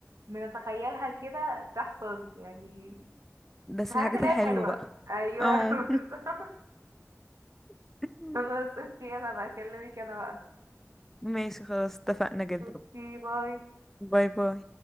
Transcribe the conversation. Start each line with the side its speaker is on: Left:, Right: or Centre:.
Right: بنتخيلها كده تحصل يعني
Centre: بس
Right: الحاجات
Centre: الحاجات
Right: اللي
Centre: الحلوة
Right: هي الحلوة
Centre: بقى
Right: أيوة
Centre: اه
Right: <laughs> بالظبط
Centre: <laughs>
Right: خلاص اوكي أنا بكلمك أنا بقى
Centre: ماشي خلاص اتفقنا جدا
Right: اوكي باي
Centre: باي باي